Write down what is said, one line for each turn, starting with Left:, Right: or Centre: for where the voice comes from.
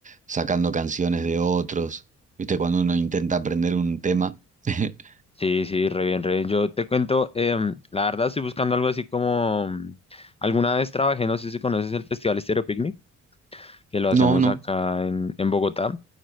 Right: sacando canciones de otros. ¿Viste? Cuando uno intenta aprender un tema. <laughs>
Left: Sí, sí, re bien, re bien. Yo te cuento, em, la verdad estoy buscando algo así como... mm, Alguna vez trabajé, no sé si conoces el Festival Estéreo Picnic, que lo hacemos
Right: No, no.
Left: acá en, en Bogotá.